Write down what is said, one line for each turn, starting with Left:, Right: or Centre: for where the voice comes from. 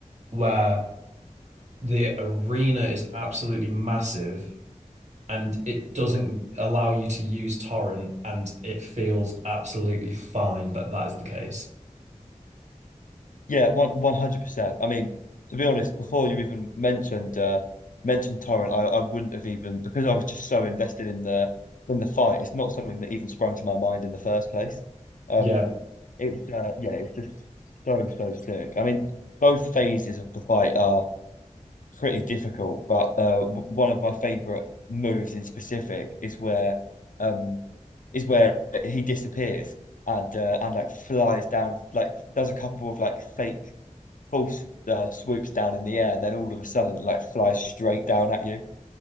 Right: where the arena is absolutely massive and it doesn't allow you to use torrent, and it feels absolutely fine that that is the case.
Left: Yeah, one one hundred percent. I mean, to be honest, before you even mentioned uh mentioned Torrent, I, I wouldn't have even because I was just so invested in the in the fight. It's not something that even sprung to my mind in the first place. Um,
Right: Yeah,
Left: it's uh, yeah, it's just so so sick. I mean, both phases of the fight are pretty difficult, but uh, w- one of my favorite moves in specific is where um is where he disappears and uh, and like flies down, like does a couple of like fake false uh, swoops down in the air, then all of a sudden like flies straight down at you.